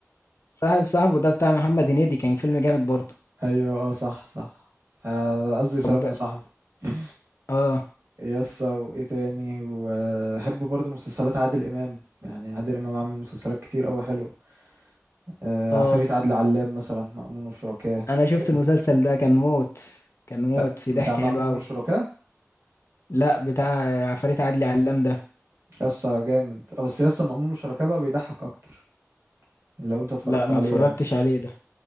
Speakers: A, on the left; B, on the right.
A: صاحب صاحبه ده بتاع محمد هنيدي كان فيلم جامد برضه
B: <laughs> ايوه اه صح صح آه، قصدي سلام
A: طب
B: يا صاحبي <laughs>
A: اه
B: يس وايه تاني وبحب برضو مسلسلات عادل امام يعني عادل امام عامل مسلسلات كتير قوي حلوه آه،
A: اه
B: عفاريت عادل علام مثلا مأمون وشركاه
A: انا شفت
B: كده
A: المسلسل ده كان موت كان موت
B: لا
A: في
B: بتاع
A: ضحك
B: مأمون
A: حلو قوي
B: وشركاه
A: لا بتاع عفاريت عدلي علام ده
B: يس جامد اه بس يس مأمون وشركاه بقى بيضحك اكتر لو انت اتفرجت
A: لا ما
B: عليه
A: اتفرجتش
B: يعني
A: عليه ده